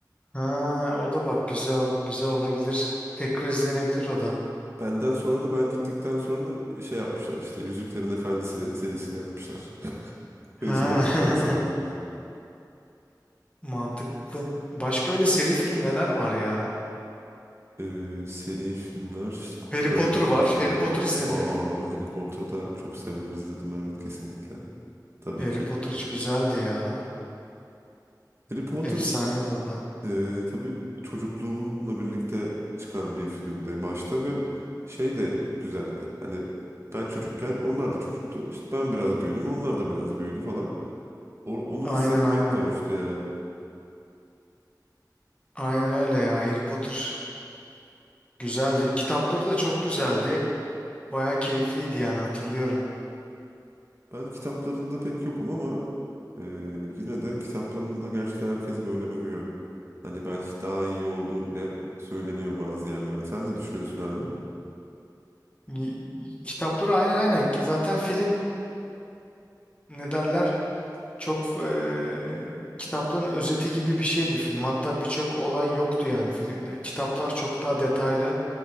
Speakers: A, on the left; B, on the right.
A: Ha, o da bak güzel, güzel olabilir. Tekrar izlenebilir o da.
B: Benden sonra da ben gittikten sonra da şey yapmışlar işte Yüzüklerin Efendisi'ni serisini yapmışlar. <laughs>
A: Ha,
B: Mezun olduktan sonra.
A: <laughs> mantıklı. Başka öyle seri film neler var ya?
B: Ee, seri filmler işte Ku-
A: Harry
B: Karayip
A: Potter
B: Korsanları.
A: var. Harry Potter izledin
B: Aa
A: mi?
B: Harry Potter'ı da çok severim izledim evet kesinlikle. Tabii
A: Harry
B: ki.
A: Potter hiç güzeldi ya.
B: Harry Potter
A: Efsaneydi o da.
B: e, tabii çocukluğumla birlikte çıkan bir filmdi başta ve şey de güzeldi. Hani ben çocukken onlar da çocuktu. İşte ben biraz büyüdüm onlar da biraz büyüdü falan. O- onu
A: Aynen
B: hissetmek
A: aynen.
B: de hoştu yani.
A: Aynen öyle ya. Harry Potter güzeldi. Kitapları da çok güzeldi. Baya keyifliydi yani hatırlıyorum.
B: Ben kitaplarında pek yokum ama e, yine de kitaplarında gerçekten herkes böyle övüyor. Hani belki daha iyi olduğu bile söyleniyor bazı yerlerde. Sen ne düşünüyorsun abi?
A: Y- y- Kitapları aynen aynen. Ki Zaten film ne derler? Çok eee, kitapların özeti gibi bir şeydi film. Hatta birçok olay yoktu yani filmde. Kitaplar çok daha detaylı,